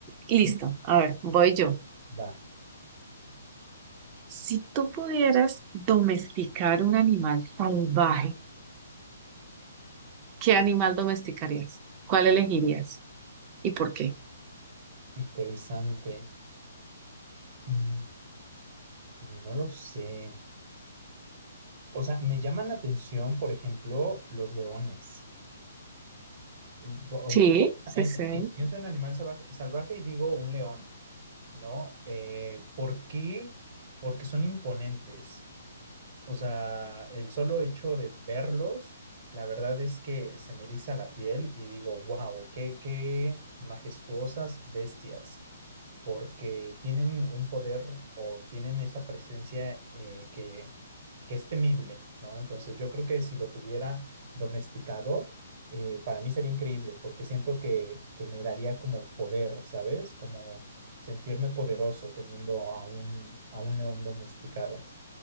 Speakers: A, on the right (about 40°); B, on the right (about 25°).
A: Sí.
B: Listo, a ver, voy yo.
A: Va,
B: Si tú pudieras domesticar un animal salvaje, ¿qué animal domesticarías? ¿Cuál elegirías? ¿Y por qué?
A: interesante. Mm, no lo sé. O sea, me llaman la atención, por ejemplo, los leones. O-
B: Sí, sí,
A: en-
B: sí.
A: sí, pienso en animal salvaje, salvaje y digo un león, ¿no? Eh, ¿por qué? Porque son imponentes. O sea, el solo hecho de verlos, la verdad es que se me eriza la piel y digo, wow, qué, qué majestuosas bestias, porque tienen un poder o tienen esa presencia eh, que, que es temible, ¿no? Entonces yo creo que si lo tuviera domesticado, eh, para mí sería increíble, porque siento que, que me daría como poder, ¿sabes? Como sentirme poderoso teniendo a un, a un león domesticado.